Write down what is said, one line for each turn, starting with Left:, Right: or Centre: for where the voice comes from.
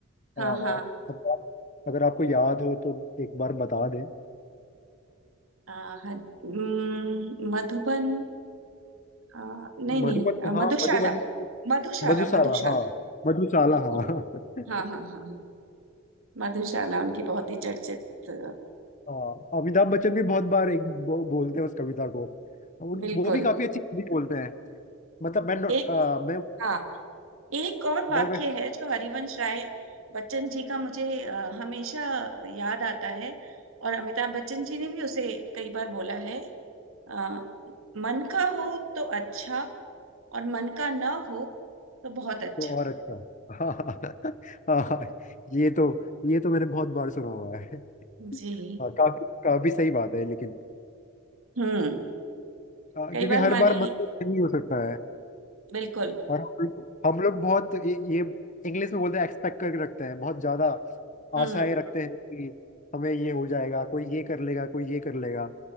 Right: हाँ
Left: आ,
Right: हाँ
Left: अगर आप अगर आपको याद हो तो एक बार बता दें
Right: आ, हर- हम्म, मधुबन आ, नहीं नहीं
Left: मधुबन
Right: आ,
Left: हाँ
Right: मधुशाला
Left: मधुबन
Right: मधुशाला
Left: मधुशाला
Right: मधुशाला
Left: हाँ मधुशाला
Right: बिल्कुल
Left: हाँ <laughs>
Right: हाँ हाँ हाँ हाँ मधुशाला उनकी बहुत ही चर्चित आ,
Left: हाँ अमिताभ बच्चन भी बहुत बार एक बो, बोलते हैं उस कविता को उन
Right: बिल्कुल
Left: वो भी काफी अच्छी हिंदी बोलते हैं मतलब मैं नो-
Right: एक
Left: आ, मैं
Right: हाँ एक और वाक्य
Left: मैं मैं
Right: है जो हरिवंश राय बच्चन जी का मुझे अ, हमेशा याद आता है और अमिताभ बच्चन जी ने भी उसे कई बार बोला है अ, मन का हो तो अच्छा और मन का ना हो तो बहुत अच्छा
Left: तो और अच्छा हाँ हाँ हाँ, ये तो ये तो मैंने बहुत बार सुना हुआ है
Right: जी
Left: हाँ, काफी काफी सही बात है लेकिन
Right: हम्म
Left: आ,
Right: कई
Left: क्योंकि
Right: बार
Left: हर
Right: हमारी
Left: बार मत तो नहीं हो सकता
Right: बिल्कुल
Left: और हम लोग हम लोग बहुत ये, ये इंग्लिश में बोलते हैं एक्सपेक्ट करके रखते हैं बहुत ज्यादा
Right: हम्म
Left: आशाएं रखते हैं कि हमें ये हो जाएगा कोई ये कर लेगा कोई ये कर लेगा